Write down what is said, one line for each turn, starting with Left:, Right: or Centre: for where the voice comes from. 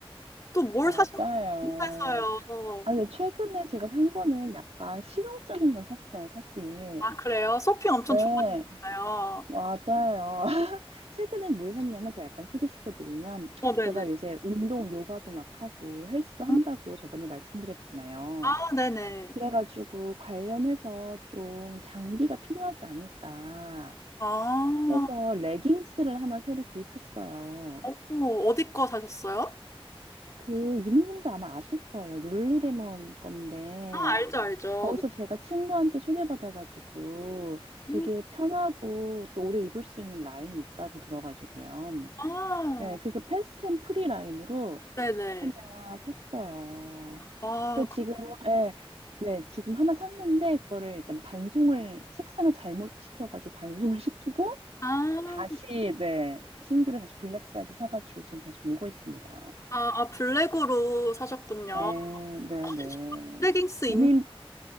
Left: 또 뭘
Right: 맞아요.
Left: 사셨는지 궁금해서요.
Right: 아, 근데 최근에 제가 산 거는 약간 실용적인 걸 샀어요, 사실.
Left: 아, 그래요? 쇼핑 엄청
Right: 네,
Left: 좋아하시아요
Right: 맞아요. <laughs> 최근에 뭘 샀냐면 제가 약간 소개시켜드리면
Left: 어, 네네.
Right: 제가 요새 운동, 요가도 막 하고 헬스도 한다고
Left: 음,
Right: 저번에 말씀드렸잖아요.
Left: 아, 네네.
Right: 그래가지고 관련해서 좀 장비가 필요하지 않을까
Left: 아,
Right: 해서 레깅스를 하나 새로 구입했어요.
Left: 어, 어디 거 사셨어요?
Right: 그 유미님도 아마 아실 거예요. 룰루레몬 건데
Left: 아, 알죠, 알죠.
Right: 거기서
Left: 네.
Right: 제가 친구한테 소개받아가지고 되게
Left: 음,
Right: 편하고 또 오래 입을 수 있는 라인이 있다고 들어가지고요.
Left: 아,
Right: 네, 그래서 패스트 앤 프리 라인으로
Left: 네네.
Right: 하나 샀어요.
Left: 아,
Right: 그래서
Left: 그-
Right: 지금은 네, 네, 지금 하나 샀는데 그거를 일단 반송을 색상을 잘못 시켜가지고 반송을 시키고
Left: 아,
Right: 다시 네, 신규로 다시 블랙 사이즈 사가지고 지금 배송 오고 있습니다.
Left: 아, 아, 블랙으로 사셨군요.
Right: 네, 네,
Left: 사실
Right: 네.
Left: 저도 레깅스 있는데,
Right: 유민,